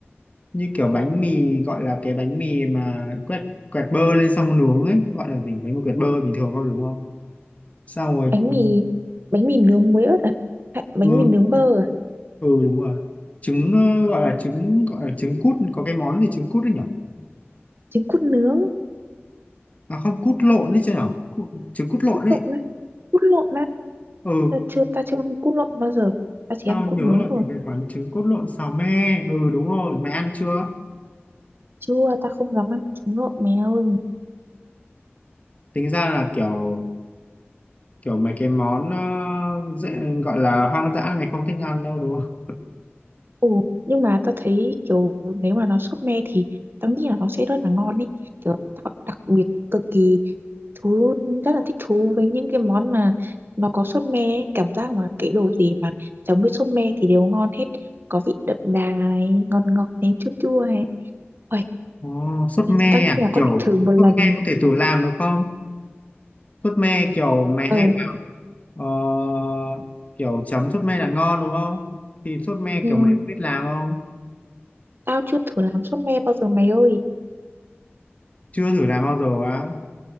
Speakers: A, on the left; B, on the right.
A: như kiểu bánh mì gọi là cái bánh mì mà quẹt quẹt bơ lên xong nướng ấy gọi là gì bánh mì quẹt bơ bình thường thôi đúng không sao rồi
B: bánh
A: ừ
B: mì bánh mì nướng muối ớt à Hay bánh
A: ừ,
B: mì nướng bơ à
A: ừ đúng rồi trứng ờ, gọi là trứng gọi là trứng cút có cái món gì trứng cút đấy nhở
B: trứng cút nướng
A: à không cút lộn đấy chứ nhở Cút- trứng cút lộn
B: cút
A: đấy
B: lộn á cút lộn á
A: ừ
B: Ờ, chưa ta chưa ăn cút lộn bao giờ ta chỉ
A: tao
B: ăn cút
A: nhớ
B: nướng
A: là
B: thôi
A: cái cái quán trứng cút lộn xào me ừ đúng rồi mày ăn chưa
B: chưa ta không dám ăn trứng lộn mèo
A: tính ra là kiểu kiểu mấy cái món ờ, dễ, gọi là hoang dã mày không thích ăn đâu đúng không
B: Ừ, nhưng mà tao thấy kiểu nếu mà nó súp me thì tao nghĩ là nó sẽ rất là ngon ý kiểu tao đặc biệt cực kỳ thú rất là thích thú với những cái món mà nó có sốt me ấy. cảm giác mà cái đồ gì mà chấm với sốt me thì đều ngon hết có vị đậm đà này ngọt ngọt này chua chua này Uầy,
A: Ồ, sốt me
B: tao nghĩ
A: à?
B: là
A: Kiểu
B: có thể thử một lần
A: sốt me có thể tự làm được không? Sốt me kiểu mày hay
B: ờ
A: bảo ờ, kiểu chấm sốt me là ngon đúng không? Thì sốt me
B: ừ,
A: kiểu mày biết làm không?
B: tao chưa thử làm sốt me bao giờ mày ơi
A: Chưa thử làm bao giờ á?